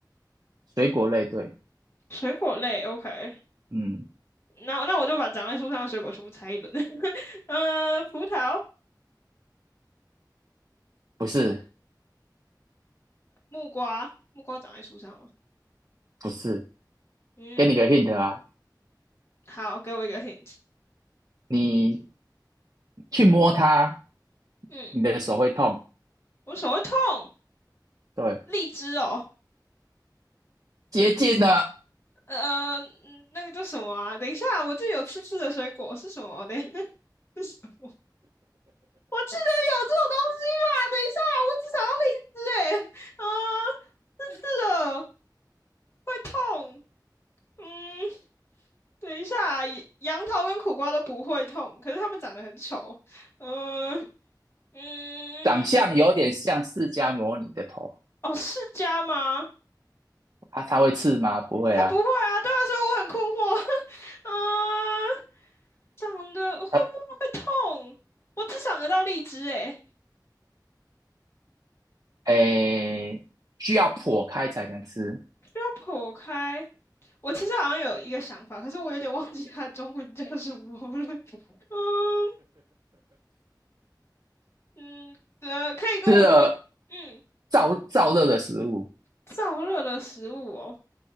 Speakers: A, on the right (about 50°); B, on the left (about 35°).
A: 水果类，对，
B: 水果类，OK，
A: 嗯，
B: 那那我就把长在树上的水果全部拆一轮，<laughs> 呃，葡萄、
A: 不是，
B: 木瓜，木瓜长在树上吗？
A: 不是，
B: 嗯，
A: 给你个 hint 啊，
B: 好，给我一个 hint。
A: 你去摸它，
B: 嗯。
A: 你的手会痛。
B: 我手会痛，
A: 对，
B: 荔枝哦，
A: 接近呢，
B: 呃，嗯那个叫什么啊？等一下，我这有刺刺的水果是什么？等一下，<laughs> 是什么？我记得有这种东西吧？等一下，我只想要荔枝哎，啊、刺刺的会痛，嗯，等一下，杨桃跟苦瓜都不会痛，可是它们长得很丑，嗯、嗯，
A: 长相有点像释迦摩尼的头。
B: 哦，释迦吗？
A: 它它会刺吗？不会啊。
B: 它不会啊，对啊，所以我很困惑，<laughs> 嗯、长得我会摸会痛，
A: 呃，
B: 我只想得到荔枝诶，
A: 诶，需要剖开才能吃，
B: 需要剖开。我其实好像有一个想法，可是我有点忘记它的中文叫什么了。<laughs> 嗯嗯，呃，可以跟我说，
A: 吃了
B: 嗯，
A: 燥燥热的食物。
B: 燥热的食物哦，